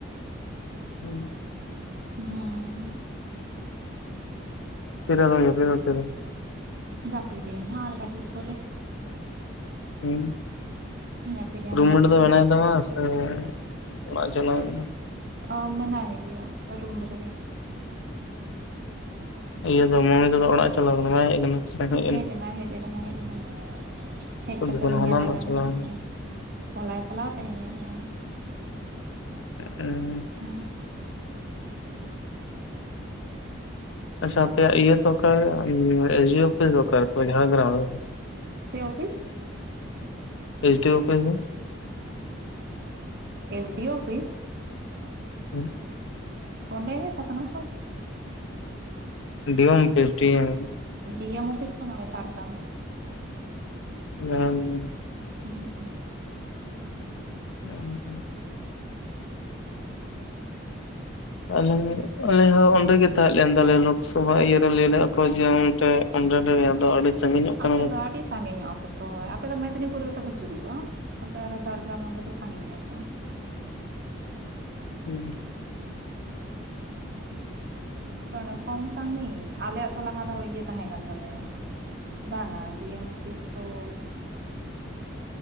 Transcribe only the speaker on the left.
<unintelligible>
ᱛᱤᱨᱮ ᱟᱫᱚᱢ ᱡᱟᱯᱤᱫᱟ, ᱛᱤᱨᱮ?
ᱦᱩᱸ᱾
ᱨᱩᱢ
ᱢᱮᱴ
ᱫᱚ
ᱢᱮᱱᱟᱭ
ᱛᱟᱢᱟᱥ ᱥᱮ ᱚᱲᱟᱜ-ᱮ ᱪᱟᱞᱟᱣ ᱠᱟᱱᱟ?
ᱤᱭᱟᱹ ᱫᱚ ᱢᱚᱱᱤᱠᱟ ᱫᱚ ᱚᱲᱟᱜ-ᱮ ᱪᱟᱞᱟᱣ ᱠᱟᱱᱟ, ᱵᱟᱭ ᱦᱮᱡ ᱠᱟᱱᱟ? ᱥᱮ
ᱮᱱ
ᱫᱚᱠᱟᱱ
ᱦᱚᱞᱟᱱᱚᱜ
ᱪᱟᱞᱟᱣ
ᱦᱮᱸᱜ ᱚ᱾
ᱟᱪᱪᱷᱟ ᱟᱯᱮᱭᱟᱜ ᱤᱭᱟᱹ ᱫᱚ ᱚᱠᱟ ᱩᱸ ᱮᱥ ᱮᱡᱤᱭᱳ ᱚᱯᱷᱤᱥ ᱫᱚ ᱚᱠᱟᱨᱮ ᱛᱚᱵᱮ ᱡᱷᱟᱲᱮᱜᱽᱜᱽᱨᱟᱢ ᱨᱮ ᱵᱟᱝ?
S D O office ᱫᱚ?
ᱦᱩᱸ᱾
ᱰᱤᱭᱚᱢ office D M.
<unintelligible>
<unintelligible> ᱟᱹᱞᱤᱝ ᱟᱞᱮ ᱦᱚᱸ ᱚᱸᱰᱮᱜᱮ ᱛᱟᱦᱮᱸᱫ ᱞᱮᱱ ᱛᱟᱞᱮᱭᱟ ᱞᱳᱠᱥᱚᱵᱷᱟ ᱤᱭᱟᱹ ᱨᱮ ᱞᱟᱹᱭ <inaudible> <unintelligible> ᱟᱫᱚ ᱟᱹᱰᱤ ᱥᱟᱺᱜᱤᱧᱚᱜ ᱠᱟᱱᱟ
ᱦᱩᱸ ᱾